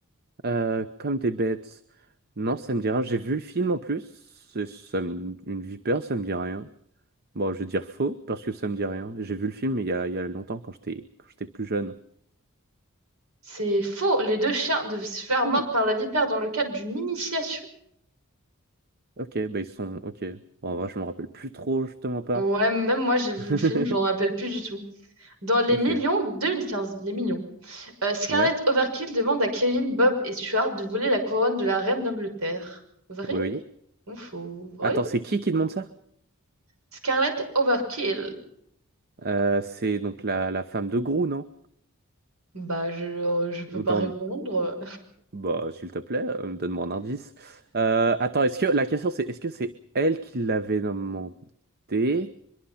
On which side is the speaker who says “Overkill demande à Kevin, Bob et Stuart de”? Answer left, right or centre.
Right